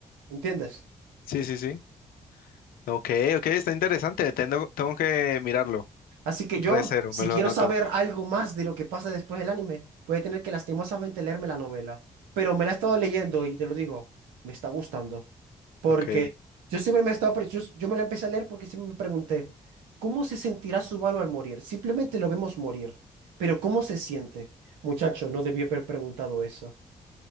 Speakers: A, on the right (about 90°); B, on the left (about 70°).
A: ¿Entiendes?
B: sí, sí, sí. Ok, ok, está interesante. Tengo, tengo que mirarlo.
A: Así que
B: Recero,
A: yo, si
B: me lo
A: quiero
B: anoto.
A: saber algo más de lo que pasa después del anime, voy a tener que lastimosamente leerme la novela. Pero me la he estado leyendo y te lo digo, me está gustando. Porque
B: Ok.
A: yo siempre me he estado, pre- yo, yo me la empecé a leer porque siempre me pregunté, ¿cómo se sentirá Subaru al morir? Simplemente lo vemos morir. Pero ¿cómo se siente? Muchacho, no debí haber preguntado eso.